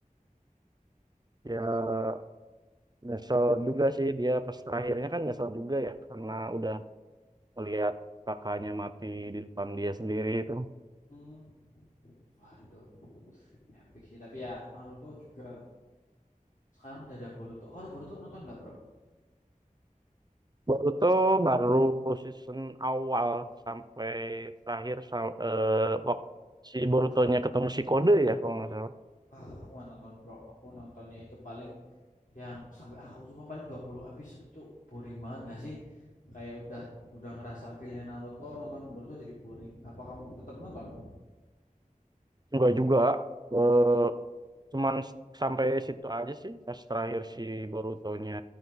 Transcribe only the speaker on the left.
Hmm. Wah itu epic sih. Tapi ya Naruto juga sekarang udah ada Boruto. Oh Boruto nonton nggak bro?
Wah aku nggak nonton bro. Aku nontonnya itu paling yang sampai ah, aku cuma paling 20 episode itu boring banget nggak sih? Kayak udah udah ngerasa feelnya Naruto nonton Boruto jadi boring. Apa kamu tetap nonton?